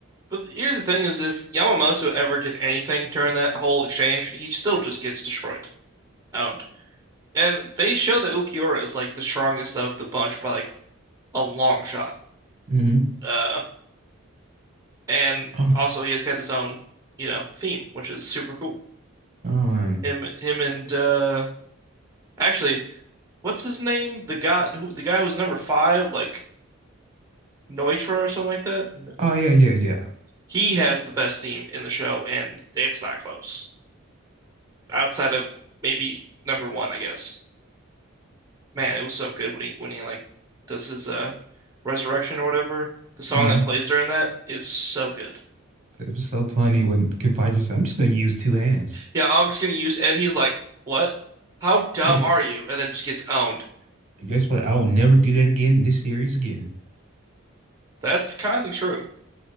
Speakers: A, on the right; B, on the right.
A: But here's the thing is if Yamamoto ever did anything during that whole exchange, he still just gets destroyed. Owned. And they show that Ukiura is like the strongest of the bunch by like a long shot.
B: Mm-hmm.
A: Uh and
B: Oh,
A: also he has got his own, you know, theme, which is super cool.
B: oh, um,
A: Him him and uh actually, what's his name? The guy who the guy who was number five, like Neutra or something like that. No.
B: oh yeah, yeah, yeah.
A: He has the best theme in the show, and it's not close. Outside of maybe number one, I guess. Man, it was so good when he when he like does his uh resurrection or whatever. The song
B: hmm
A: that plays during that is so good.
B: It was so funny when Kim Possible said, I'm just gonna use two hands.
A: Yeah, I'm just gonna use and he's like, "What? How dumb
B: And
A: are you?" And then just gets owned.
B: guess what? I will never do that again in this series again. <laughs>
A: That's kind of true.